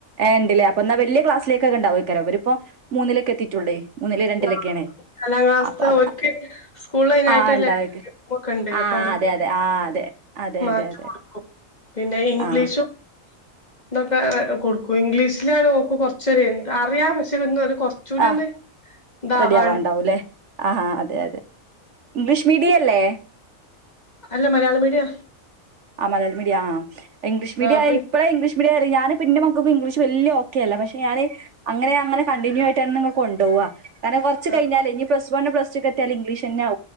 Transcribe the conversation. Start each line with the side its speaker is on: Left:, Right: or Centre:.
Right: ഏ ഇണ്ട്ല്ലേ അപ്പൊ എന്നാ വലിയ ക്ലാസിലേക്കെണ്ടോക്കരം ഇവരിപ്പോ മൂന്നൊക്കെ എത്തിയിട്ടുള്ളേ മൂന്നില് രണ്ടിലൊക്കെയാണ്
Left: ആ നാലാം ക്ലാസ്ത്തെ
Right: അപ്പൊ അത്
Left: ഒക്ക് സ്കൂള അതിനായിട്ടല്ലേ
Right: ആഹ് ഇണ്ടാവേക്കാരം
Left: ഒക്കെ ഉണ്ട് അപ്പ
Right: ആഹ്
Left: അവിടുന്ന്
Right: അതെ അതെ ആഹ് അതെ അതെ
Left: മാറ്റ
Right: അതെ അതെ
Left: കൊടുക്കും പിന്നെ ഇംഗ്ലീഷും
Right: ആഹ്
Left: ഇന്തൊക്കെ കൊടുക്കും ഇംഗ്ലീഷിലാണ് ഓക്ക് കൊറച്ചര അറിയാം പക്ഷേന്ന കൊറച്ചുകൂടി
Right: ആഹ്
Left: ഒന്ന് ഇന്താവാ
Right: റെഡി ആവാണ്ടാവുംല്ലേ ആഹ് അതെ അതെ ഇംഗ്ലീഷ് മീഡിയം അല്ലേ
Left: അല്ല മലയാള മീഡിയ
Right: ആ മലയാള മീഡിയ ആ ഇംഗ്ലീഷ് മഡിയ
Left: ആ അപ്പൊ
Right: ഇപ്പ ഇഗ്ലീഷ് ഇവിടെറി ഞാന് പിന്നെ മക്കൾക്ക് ഇംഗ്ലീഷ് വലിയ ഓക്കെ അല്ല പക്ഷെ ഞാന് അങ്ങനെ അങ്ങനെ കണ്ടിന്യൂ ആയിട്ടായിാണ് നിങ്ങൾ കൊുപോവ കാരണം കുറച്ച്
Left: ആ
Right: കഴഞ്ഞാല് ഇനിപ വൺ പ്ലസ് ല്ല ഇംഗലീഷ്ന്നെോ